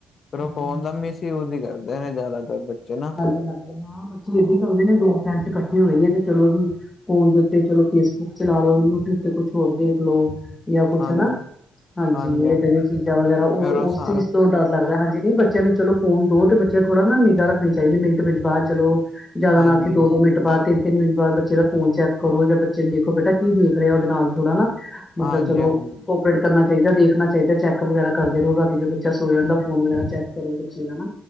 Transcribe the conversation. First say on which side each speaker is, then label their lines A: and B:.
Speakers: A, on the left; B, on the left.
A: ਫੇਰ ਉਹ
B: ਹਾਂਜੀ-ਹਾਂਜੀ।
A: ਫੋਨ ਦਾ ਮਿਸ ਯੂਜ ਹੀ ਕਰਦੇ ਨੇ ਜ਼ਿਆਦਾਤਰ ਬੱਚੇ ਨਾ।
B: ਹਾਂ! ਬੱਚੇ ਏਦਾਂ ਕਰਦੇ ਨੇ ਦੋ ਫੈਂਡਸ ਇਕੱਠੇ ਹੋਏ ਆ ਤੇ ਚਲੋ ਵੀ ਫੋਨ ਦੇ ਉੱਤੇ ਚਲੋ, ਫੇਸਬੁੱਕ ਚਲਾ ਲੋ, ਯੂਟਿਊਬ ਤੇ ਕੁਛ ਹੋਰ ਦੇਖ ਲੋ। ਜਾਂ ਕੁਛ
A: ਹਾਂਜੀ।
B: ਹਨਾ, ਹਾਂਜੀ
A: ਹਾਂਜੀ-ਹਾਂਜੀ,
B: ਏਦਾਂ ਦੀਆਂ ਚੀਜ਼ਾਂ ਵਗੈਰਾ ਉਹ
A: ਫੇਰ ਸਾਰਾ
B: ਉਸ ਚੀਜ਼- ਤੋਂ ਡਰ ਲੱਗਦਾ ਹਾਂਜੀ ਨਹੀਂ ਬੱਚਿਆਂ ਨੂੰ ਚਲੋ ਫੋਨ ਦੋ ਤੇ ਬੱਚਾ ਥੋੜਾ ਨਾ ਨਿਗਾਹ ਰੱਖਣੀ ਚਾਹੀਦੀ ਮਿੰਟ-ਮਿੰਟ ਬਾਅਦ ਚਲੋ, ਜਿਆਦਾ
A: ਹਾਂਜੀ,
B: ਨਾ ਸਹੀ ਦੋ- ਦੋ ਮਿੰਟ ਬਾਅਦ ਤਿੰਨ ਤਿੰਨ ਮਿੰਟ ਬਾਅਦ ਬੱਚੇ ਦਾ ਫੋਨ ਚੈੱਕ ਕਰੋ ਜਾਂ ਬੱਚੇ ਨੂੰ ਦੇਖੋ ਬੇਟਾ ਕੀ ਦੇਖ ਰਿਹਾ ਉਹਦੇ ਨਾਲ ਥੋੜ੍ਹਾ ਨਾ ਮੈ
A: ਹਾਂਜੀ-ਹਾਂਜੀ,
B: ਕਿਆ ਚਲੋ। ਓਪਰੇਟ ਕਰਨਾ ਚਾਹੀਦਾ, ਦੇਖਣਾ ਚਾਹੀਦਾ, ਚੈੱਕ ਵਗੈਰਾ ਕਰਦੇ ਰਹੋ, ਬਾਕੀ ਜਦੋਂ ਬੱਚਾ ਸੌ ਜਾਂਦਾ ਫੋਨ ਵਗੈਰਾ ਚੈੱਕ ਕਰੋ ਬੱਚੇ ਦਾ ਹਨਾ।